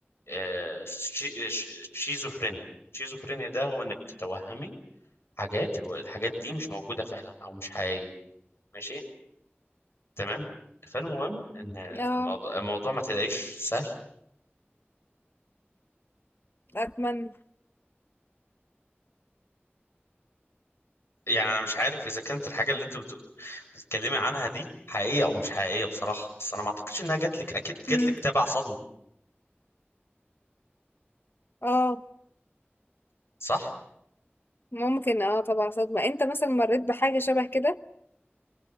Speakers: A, on the left; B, on the left.
A: آه، شي- ش- شيزوفرينيا شيزوفرينيا ده هو انك بتتوهمي حاجات الو- الحاجات دي مش موجودة فعلا او مش حقيقية ماشي تمام فالمهم ان الموضوع,
B: اه
A: الموضوع ما تلاقيش سهل
B: اتمنى
A: يعني انا مش عارف اذا كانت الحاجة اللي انت بت... بتتكلمي عنها دي حقيقية او مش حقيقية بصراحة بس انا ما اعتقدش انها جاتلك اكيد
B: مم.
A: جاتلك تبع صدمة
B: اه
A: صح
B: ممكن اه طبعا صدمه انت مثلا مريت بحاجه شبه كده